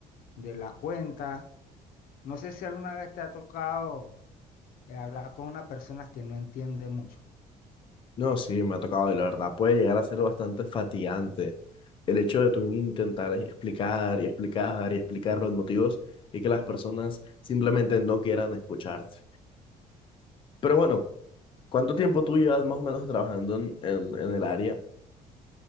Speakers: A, on the left; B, on the left.
A: de la cuenta. No sé si alguna vez te ha tocado eh, hablar con una persona que no entiende mucho.
B: No, sí, me ha tocado y la verdad puede llegar a ser bastante fatigante el hecho de tú intentar explicar y explicar y explicar los motivos y que las personas simplemente no quieran escucharte. Pero bueno, ¿cuánto tiempo tú llevas más o menos trabajando en, en en el área?